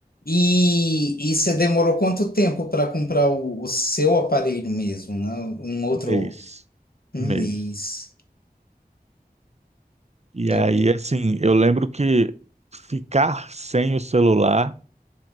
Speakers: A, on the left; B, on the right.
A: E, e você demorou quanto tempo para comprar o, o seu aparelho mesmo, né? Um outro,
B: Um mês.
A: um
B: Um mês.
A: mês.
B: E
A: É,
B: aí, assim, eu lembro que ficar sem o celular,